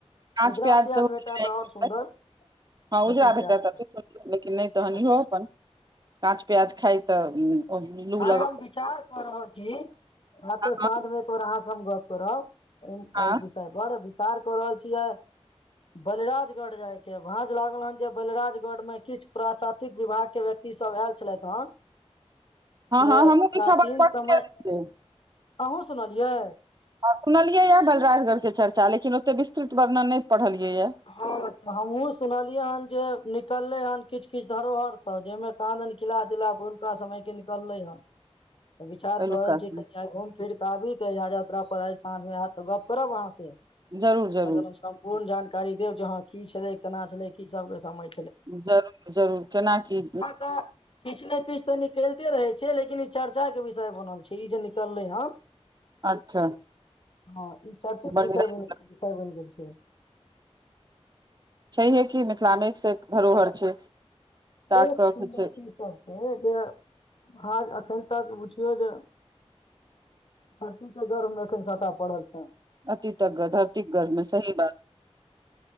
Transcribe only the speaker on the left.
उजरा प्याज
भेटत
ओर सुन्दर
लेकिन
प्याज
खायब
अति
आय
हम विचार क रहल छी आ त
साँझ मे एक बेर अहाँ से हम गप करब एहि
विषय पर विचार कऽ रहल छियै बलराजगढ़ जायके ह भाँज लागल हन जे बलराजगढ़ में किछ प्रातातिक विभाग के विद्या इ सब आयल छलथि हन से
प्राचीन
समय
अहूँ सुनलियै
हँ हमहुँ सुनलियै हन जे निकल्लै हन किछु किछु धरोहर सब जहिमे कहाँ दन किला तिला हुनका समय के निकल्लै हन विचार
कह रहल
छी कनि आइ घुम फिर के आबी त यात्रा पर आइ साँझ मे आयत तऽ गप करब अहाँ से
अगर पूर्ण जानकारी देब जे हं की छले केना छले की सब के समझ
तऽ किछु ने किछु तऽ निकलिते रहै छैै लेकिन ई चर्चा के विषय बनल छै ई जे निकललै हँ
हँ ई चर्चित
विषय विषय बनि गेल छै
बहुत
सुन्दर
चीज सब छै जे हाँ एखन तक बुझियौ जे सरतीक के गर्मे एखन छटा पड़ल छ